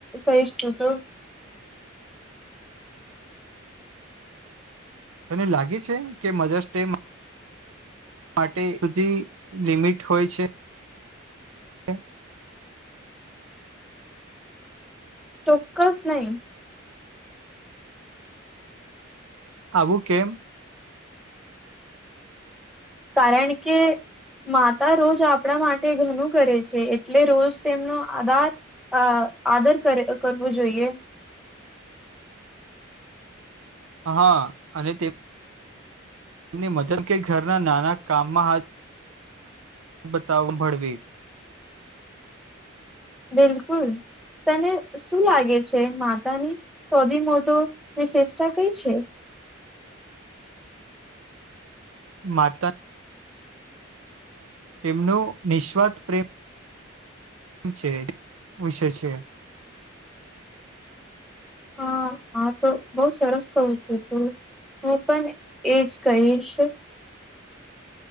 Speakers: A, in the centre; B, on the right.
A: કહીશ તું તો
B: તને લાગે છે, કે મધર્સ ડે માટે બધી લિમિટ હોય છે. <inaudible>
A: ચોક્કસ નહી
B: આવું કેમ
A: કારણ કે માતા રોજ આપણા માટે ઘણું કરે છે એટલે રોજ તેમનો આદાર અ આદર કરે કરવુ જોઈએ.
B: હા અને તે તેમની મદદ કે ઘરના નાના કામમાં હાથ બતા ભળવી
A: બિલકુલ તને શું લાગે છે માતાની સૌથી મોટો વિશેષતા કઈ છે.
B: માતા તેમનો નિસ્વાર્થ પ્રેમ છે, વિષય છે.
A: હા હા તો બઉ સરસ કહુ છુ, તુ હું પણ એજ કહીશ